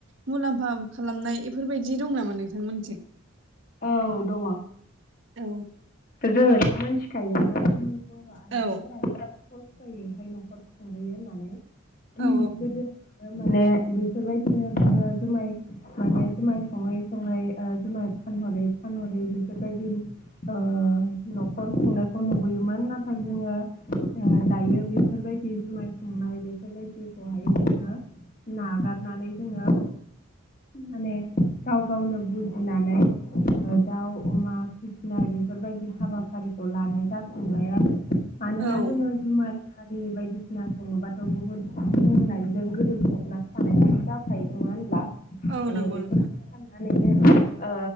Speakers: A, on the right; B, on the left.
A: मुलाम्फा खालामनाय बेफोरबायदि दं नामा नोंथांमोनथिं?
B: औ दङ।
A: औ।
B: जोंङोथ' मिथिखायोानो जोंनि बर' आइजोफोरा
A: औ
B: खसथ'यैहाय न'खर खुंबोयो होननानै <inaudible>
A: औ
B: गोदो। माने बेफोरबायदिनो जोंङो जुमाय माने जुमाय सङै सङै जुमाय फानहरै फानहरै बेफोरबायदि ओ न'खर खुंनायखौ नुबोयोमोन नाथाय जोंङो दायो बे बेफोरबायदि जुमाय संनाय बेफोरबायदिखौहाय जोंङो नागारनानै जोंङो माने गाव गावनो बुजिनानै दाउ अमा फिसिनाय बेफोरबायदि हाबाफारिखौ लानाय जाफिनबाय आरो मानोना
A: औ
B: जोंङों जुमाय हारि बायदिसिना सङोबाथ' बुहुद लोंनायजों गोदोफबना थानाया जा खायो नङा होनब्ला
A: औ नंगौ
B: बेफोरखौ
A: नोंथां
B: साननानैनो ओ